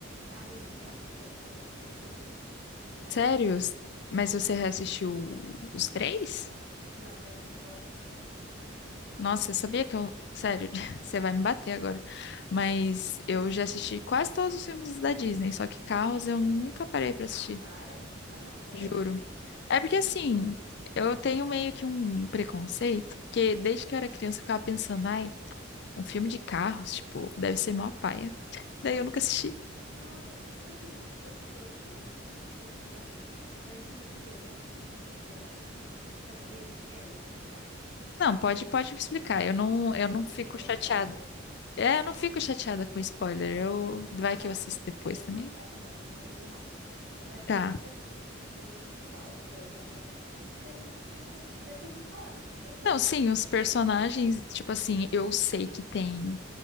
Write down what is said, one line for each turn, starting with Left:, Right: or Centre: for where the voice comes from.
Right: Carros um, Carros 2, Carros 3, todos. Eu amo.
Left: Sério? Mas você reassistiu os três?
Right: Não, eu assisti só o 1.
Left: Nossa, eu sabia que eu... Sério, <laughs> você vai me bater agora. Mas eu já assisti quase todos os filmes da Disney, só que Carros eu nunca parei pra
Right: Ah,
Left: assistir,
Right: para? Tá falando sério?
Left: juro. É porque assim, eu tenho meio que um preconceito, porque desde que eu era criança eu ficava pensando, ai, Um filme de carros, tipo, deve ser mó paia. Daí eu nunca assisti.
Right: Nossa, tipo assim, eu entendo o seu pensamento, mas juro por Deus, é um filme muito legal. Quer saber como é que é? Eu vou te explicar.
Left: Não, pode, pode me explicar. Eu não, eu
Right: Vai
Left: não
Right: que você
Left: fico
Right: tem vontade
Left: chateada.
Right: de assistir.
Left: É, eu não fico chateada com spoiler. Eu, vai
Right: Tá,
Left: que eu assisto
Right: eu vou,
Left: depois
Right: eu vou contar
Left: também.
Right: então, um resumão. É basicamente
Left: Tá.
Right: assim: o principal, que é o Relâmpago McQueen, você deve, de ter, conhe- deve ouvir falar, né? Deve conhecer.
Left: Não, sim, os personagens, tipo assim, eu sei que tem